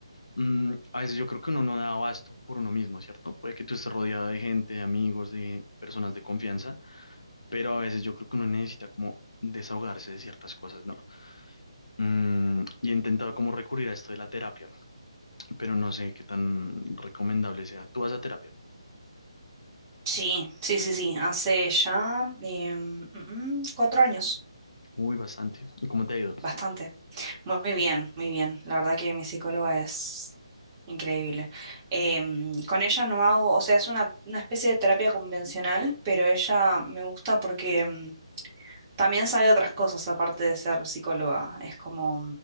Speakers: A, on the left (about 70°); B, on the right (about 20°).
A: Mm, a veces yo creo que uno no da abasto por uno mismo, ¿cierto? Puede que tú estés rodeado de gente, de amigos, de personas de confianza, pero a veces yo creo que uno necesita como desahogarse de ciertas cosas, ¿no? Mm, y he intentado como recurrir a esto de la terapia, pero no sé qué tan recomendable sea. ¿Tú vas a terapia?
B: Sí, sí, sí, sí. Hace ya em, mm, mm, cuatro años,
A: Uy, bastante. ¿Y cómo te ha ido?
B: bastante. Muy bien, muy bien. La verdad que mi psicóloga es increíble. Em, con ella no hago, o sea, es una, una especie de terapia convencional, pero ella me gusta porque em, también sabe otras cosas aparte de ser psicóloga. Es como